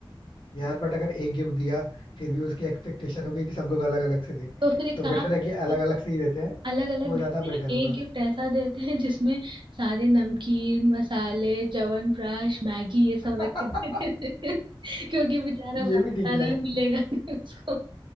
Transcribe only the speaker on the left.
यार बट अगर एक गिफ्ट दिया फिर भी उसकी एक्सपेक्टेशन होगी कि सब लोग अलग अलग से दें
तो
बेटर है
कि अलग
अलग से ही देते हैं
वो
ज्यादा बेटर
होगा
<laughs>
ये भी ठीक
है